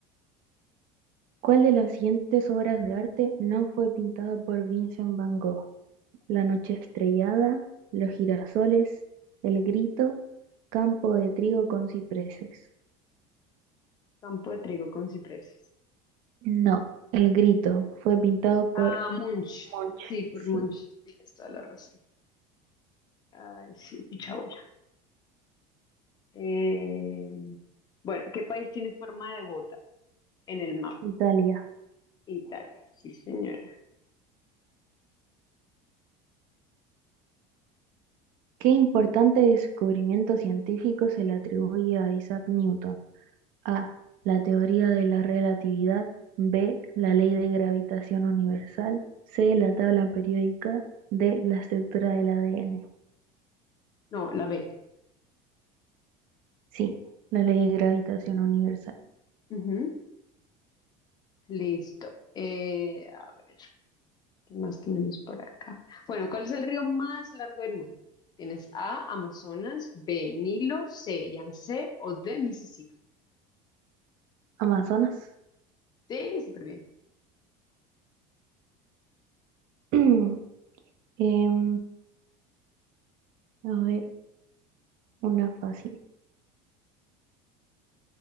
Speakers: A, on the right (about 60°); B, on the left (about 25°).
A: ¿Cuál de las siguientes obras de arte no fue pintada por Vincent Van Gogh? La noche estrellada, Los girasoles, El grito, Campo de trigo con cipreses.
B: Campo de trigo con cipreses.
A: No, El grito fue pintado por
B: Ah, Munch.
A: Monch,
B: Sí,
A: sí,
B: por Munch. Tienes toda la razón. Ay, sí, picha abuela. Eh, bueno, ¿qué país tiene forma de bota en el mapa?
A: Italia.
B: Italia. Sí, señora.
A: ¿Qué importante descubrimiento científico se le atribuye a Isaac Newton? A. La teoría de la relatividad. B. La ley de gravitación universal. C. La tabla periódica. D. La estructura del ADN.
B: No, la B.
A: Sí, la ley de gravitación universal.
B: Ujú. Listo. Eh, a ver, ¿qué más tenemos por acá? Bueno, ¿cuál es el río más largo del mundo? Tienes A, Amazonas, B, Nilo, C, Yangtze o D, Mississippi.
A: Amazonas.
B: Sí, súper bien.
A: <clears throat> Em, a ver, una fácil.